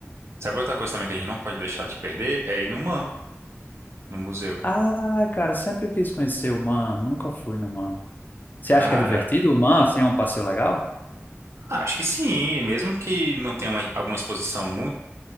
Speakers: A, on the right; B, on the left.
A: Sabe outra coisa também que a gente não pode deixar de perder? É ir no MAM, no museu.
B: Ah, cara, sempre quis conhecer o Man, nunca fui no Man. Você
A: Cara,
B: acha que é divertido o Man, assim, é um passeio legal?
A: acho que sim, mesmo que não tenha uma- alguma exposição muito